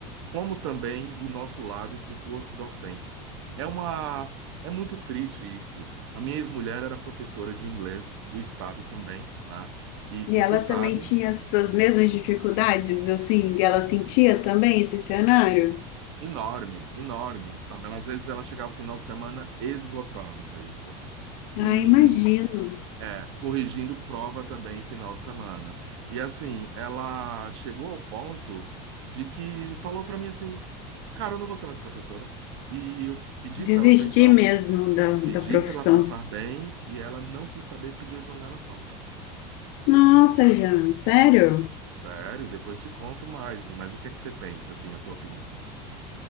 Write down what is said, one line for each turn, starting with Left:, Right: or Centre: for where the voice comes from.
Right: como também do nosso lado, do corpo docente. É uma, é muito triste isso. A minha ex-mulher era professora de inglês do estado também, né? E concursada,
Left: E ela também tinha as suas mesmas dificuldades, assim, e ela sentia também esse cenário?
Right: enorme, enorme, sabe? Ela, Às vezes ela chegava no final de semana esgotada, Raíssa. E
Left: Ah, imagino.
Right: é, corrigindo prova também final de semana. E assim, ela chegou ao ponto de que falou para mim assim: Cara, eu não vou ser mais professora. E eu pedi
Left: Desistir
Right: para ela pensar,
Left: mesmo da, da
Right: pedi
Left: profissão.
Right: para ela pensar bem e ela não quis saber pediu exoneração.
Left: Nossa, Jean, sério?
Right: Sério, e depois te conto mais, mas o que é que você pensa, assim, a tua opinião?